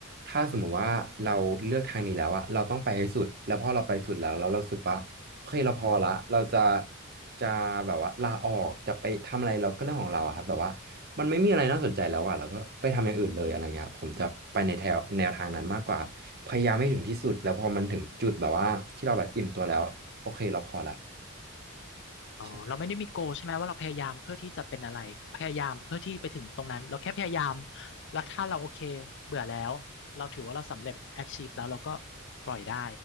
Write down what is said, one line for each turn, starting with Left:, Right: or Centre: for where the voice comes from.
Right: ถ้าสมมุติว่าเราเลือกทางนี้แล้วอะเราต้องไปให้สุดแล้วพอเราไปสุดแล้วแล้วเรารู้สึกว่าเฮ้ยเราพอละเราจะจะแบบว่าลาออกจะไปทำอะไรเราก็เรื่องของเราอะครับแบบว่ามันไม่มีอะไรน่าสนใจแล้วอะเราก็ไปทำอย่างอื่นเลยอะไรเงี้ยผมจะไปในแถวแนวทางนั้นมากกว่าพยายามให้ถึงที่สุดแล้วพอมันถึงจุดแบบว่าที่เราแบบอิ่มตัวแล้วโอเคเราพอละ
Left: อ๋อเราไม่ได้มีโกใช่ไหมว่าเราพยายามเพื่อที่จะเป็นอะไรพยายามเพื่อที่ไปถึงตรงนั้นเราแค่พยายาม
Right: ใช่
Left: แล้วถ้าเราโอเคเบื่อแล้วเราถือว่าเราสำเร็จ achieve แล้วเราก็ปล่อยได้